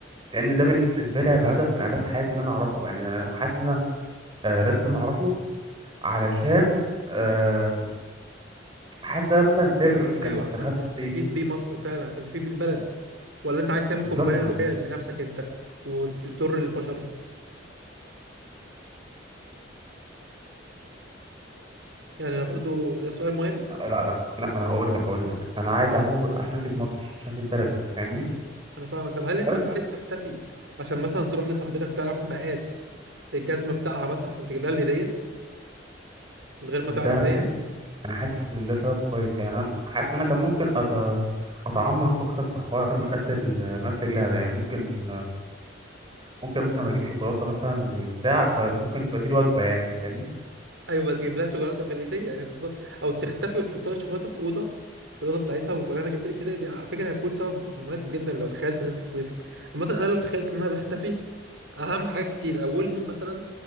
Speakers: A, on the right (about 25°); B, on the right (about 80°).
A: لان ده بالنسبه لي هيبقى هدف من اهداف حياتي ان انا اعرفه يعني انا حاسس ان انا آه، لازم اعرفه علشان آه، حاسس ده مثلا سر
B: ايوه
A: كان مستخبي
B: عشان ت- تفيد بيه مصر فعلا عشان تفيد بيه البلد ولا انت عايز تعمل قنبله
A: بالظبط
B: نوويه
A: يعني
B: لنفسك انت وتضر البشر يعني انا برضو ده سؤال مهم
A: لا لا لا لا ما انا هقول لك هقول لك انا عايز اعمله عشان افيد مصر عشان افيد بلدي انت فاهمني
B: انا فاهمك طب هل انت
A: بس
B: مش عايز تختفي عشان مثلا تروح لصاحبتك تعرف مقاس الجزمه بتاعها مثلا عشان تجيب لها الهديه من غير ما
A: ده
B: تعرف
A: انا حاسس
B: هي
A: انا حاسس ان ده سبب كويس يعني انا حاسس ان انا كان ممكن أت... اتعمق اكتر في حوار مقاس ال- مقاس رجلها ده يعني ممكن ممكن مثلا اجيب شوكولاته مثلا وبتاع فممكن تبقى دي الوجبه يعني انت فاهمني
B: ايوه تجيب لها شوكولاته في الهديه يعني بالظبط او تختفي وتحط لها شوكولاته في اوضه في الاوضه بتاعتها وتقول لها انا جبت لك هديه دي على فكره هتكون سبب مناسب جدا لو تخيلت ان انت تختفي عامه انا لو تخيلت ان انا بختفي هعمل حاجات كتير اولهم مثلا